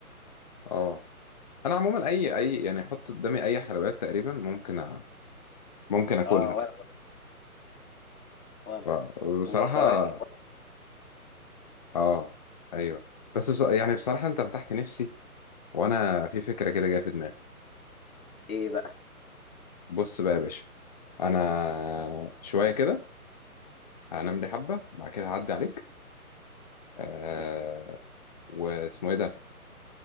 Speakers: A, on the left; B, on the left.
A: أه أنا عموما أي أي يعني أحط قدامي أي حلويات تقريبا ممكن أ... ممكن أكلها
B: اه وانا وانا
A: و- وبصراحة
B: والفواكه برضه
A: أه أيوه بس بص... يعني بصراحة أنت فتحت نفسي وانا في فكره كده جايه في دماغي
B: ايه بقى
A: بص بقى يا باشا انا شويه كده هنام
B: امم
A: لي حبه بعد كده هعدي عليك آه
B: قشطة.
A: واسمه ايه ده